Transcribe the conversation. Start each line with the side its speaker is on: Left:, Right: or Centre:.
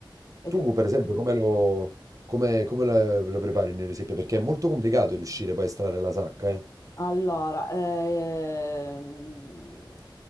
Left: E
Right: Tu,
Left: che...
Right: per esempio, come lo, come, come lo, lo prepari il nero di seppia? Perché è molto complicato riuscire poi a estrarre la sacca, eh?
Left: Allora, ehm,